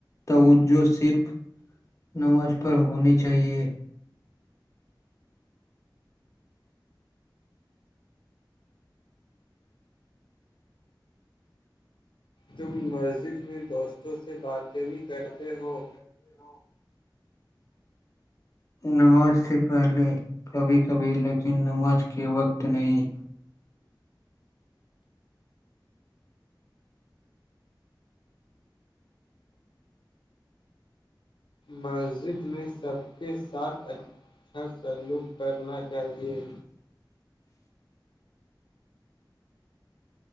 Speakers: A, on the left; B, on the left.
A: توجہ صرف نماز پر ہونی چاہیے
B: تم مسجد میں دوستوں بعات سے بھی کرتے
A: بات
B: ہو
A: ٹھیک ہے پ ہو نماز سے پہلے کبھی کبھی لیکن نماز کے وقت نہیں
B: مسجد میں سب کے ساتھ اچھا سلوک کرنا چاہیے